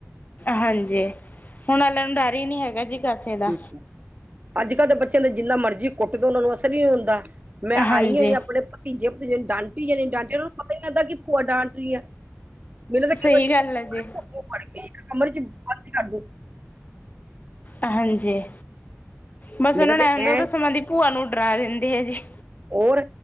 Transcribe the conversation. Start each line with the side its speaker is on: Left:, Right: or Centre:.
Left: ਹਾਂਜੀ ਹੁਣ ਵਾਲੇ ਨੂੰ ਡਰ ਹੀ ਨਹੀਂ ਹੈਗਾ ਜੀ ਕਿਸੇ
Right: ਸੀ
Left: ਦਾ
Right: ਅੱਜ ਕੱਲ੍ਹ ਦੇ ਬੱਚਿਆਂ ਦਾ ਜਿੰਨਾ ਮਰਜ਼ੀ ਕੁੱਟਦੇ ਉਹਨਾਂ ਨੂੰ ਅਸਰ ਹੀ ਹੁੰਦਾ ਮੈਂ
Left: ਹਾਂਜੀ
Right: ਆਈ ਹੋਈ ਆਪਣੇ ਤੀਜੇ ਡਾਂਟੀ ਜਾਣੀ ਡਾਂਟੀ ਉਹਨ ਨੂੰ ਪਤਾ ਨ ਹੁੰਦਾ ਕਿ ਭੂਆ ਡਾਂਟ ਰ ਆ ਮੇਰਾ ਦਿਲ
Left: ਸਹੀ
Right: ਕਰਦਾ ਇਹਨਾਂ
Left: ਗੱਲ ਹੈ ਜੀ
Right: ਨੂੰ ਕੁੱਟ ਕੇ ਕਮਰੇ ਚ ਬੰਦ ਕਰਦਾ
Left: ਹਾਂਜੀ। ਬਸ
Right: ਮੇਰਾ
Left: ਓਨਾਂ
Right: ਤੇ
Left: ਨੂੰ ਐਂ ਹੁੰਦਾ
Right: ਐ
Left: ਭੀ ਤਾਂ ਸੁਮਨ ਦੀ ਭੂਆ ਨੂੰ ਉਡਰਾ ਦੇਂਦੀ ਆ ਜੀ।
Right: ਹੋਰ,